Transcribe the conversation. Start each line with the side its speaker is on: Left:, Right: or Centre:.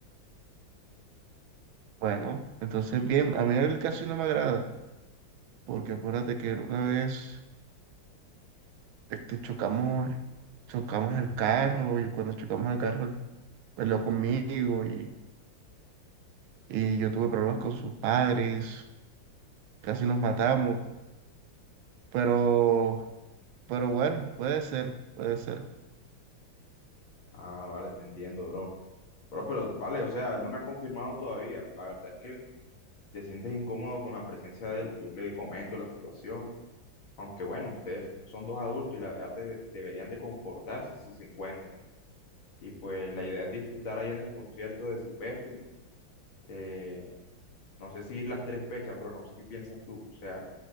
Right: Bueno, entonces bien, a mí él casi no me agrada, porque acuérdate que una vez este, chocamos, chocamos el carro y cuando chocamos el carro, él peleó conmigo y, y yo tuve problemas con sus padres, casi nos matamos, pero... Pero bueno, puede ser, puede ser.
Left: Ah, vale, te entiendo, bro. Bro, pero vale, o sea, él no me ha confirmado todavía. La verdad es que te sientes incómodo con la presencia de él. Yo le comento la situación Aunque bueno, ustedes son dos adultos y la verdad de- deberían de comportarse si se encuentran. Y pues la idea es disfrutar ahí en el concierto de Silvestre. Eh, no sé si ir las tres fechas, pero no sé qué piensas tú. O sea,